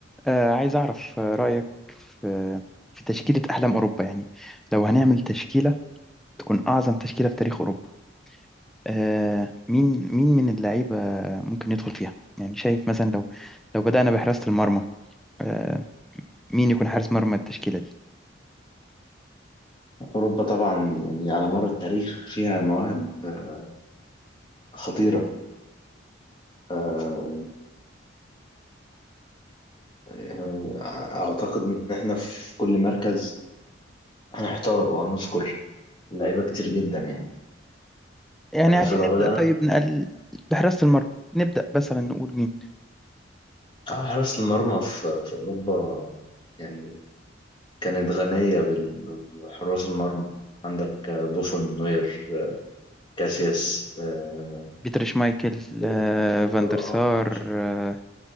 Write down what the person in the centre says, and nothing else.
آه، عايز أعرف آه، رأيك في في تشكيلة أحلام أوروبا يعني لو هنعمل تشكيلة تكون أعظم تشكيلة في تاريخ أوروبا آه، مين مين من اللعيبة ممكن يدخل فيها يعني شايف مثلا لو لو بدأنا بحراسة المرمى آه، مين يكون حارس مرمى التشكيلة دي
يعني
عايزين
نبدأ
طيب نقل بحراسة المرمى نبدأ مثلا نقول مين
بيتر شمايكل
آه، فان
دير سار
آه،